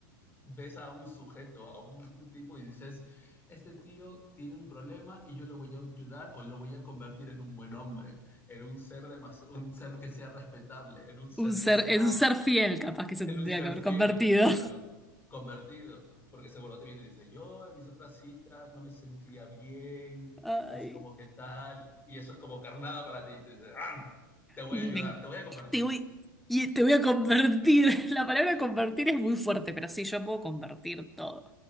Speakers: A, on the left; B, in the centre.
A: ves a un sujeto, a un tipo y dices, este tío tiene un problema y yo lo voy a ayudar o lo voy a convertir en un buen hombre, en un ser, de más, un ser que sea respetable, en un ser
B: Un
A: que
B: ser,
A: sea,
B: en un ser fiel, capaz que se
A: en
B: tendría
A: un ser
B: que haber
A: fiel,
B: convertido.
A: claro,
B: <laughs>
A: convertido. Porque seguro te viene y dice, yo en mis otras citas no me sentía bien,
B: Ay,
A: es como que tal, y eso es como carnada para ti, y te dices, ¡Ah! te voy
B: me-
A: a ayudar, te voy a convertir.
B: te voy, y te voy a convertir. <laughs> La palabra convertir es muy fuerte, pero sí, yo puedo convertir todo.